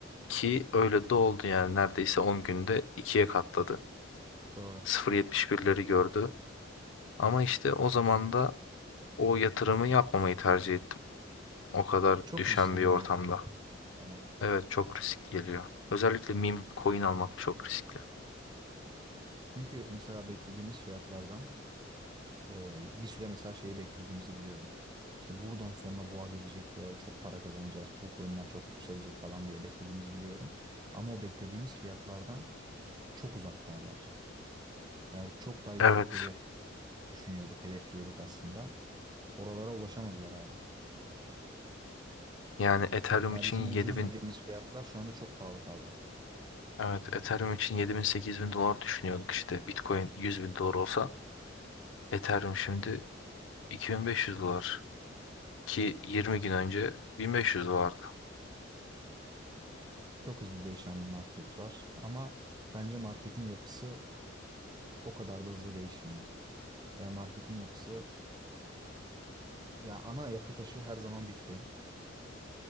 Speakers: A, on the left; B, on the right.
A: ki öyle de oldu yani neredeyse 10 günde ikiye katladı.
B: Doğru.
A: sıfır virgül yetmiş birleri gördü. Ama işte o zaman da o yatırımı yapmamayı tercih ettim. O kadar
B: Çok
A: düşen
B: riskli
A: bir
B: geliyor
A: ortamda.
B: bana.
A: Evet çok risk geliyor. Özellikle meme coin almak çok riskli.
B: Çünkü mesela beklediğimiz fiyatlardan e, bir süre mesela şeyi beklediğimizi biliyorum. İşte buradan sonra boğa gelecek ve çok para kazanacağız. Bu coinler çok yükselecek falan diye beklediğimizi biliyorum. Ama o beklediğimiz fiyatlardan çok uzaktalar. Yani çok daha yüksekleri
A: Evet.
B: düşünüyorduk, hedefliyorduk aslında. Oralara ulaşamadılar abi.
A: Yani Ethereum
B: Ya
A: için
B: bizim
A: 7000
B: ucuz dediğimiz fiyatlar şu anda çok pahalı kaldı.
A: evet Ethereum için 7000 8000 dolar düşünüyorduk işte. Bitcoin 100 bin dolar olsa Ethereum şimdi 2500 dolar ki 20 gün önce 1500 dolardı.
B: Çok hızlı değişen bir market var. Ama bence marketin yapısı o kadar da hızlı değişmiyor. Ya marketin yapısı ya ana yapı taşı her zaman Bitcoin